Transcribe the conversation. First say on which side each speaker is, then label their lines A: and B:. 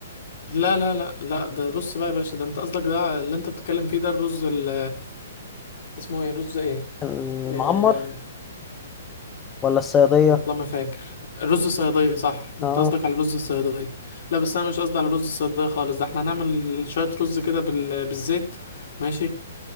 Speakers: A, on the left; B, on the left.
A: لا لا لا لا ده بص بقى يا باشا ده انت قصدك ده اللي انت بتتكلم فيه ده الرز ال... اسمه ايه رز ايه
B: المعمر
A: آه،
B: ولا الصياديه
A: والله ما فاكر رز صيادية صح انت
B: اه
A: قصدك على رز الصيادية لا بس انا مش قصدي على رز الصيادية خالص ده احنا هنعمل شوية رز كده بال... بالزيت ماشي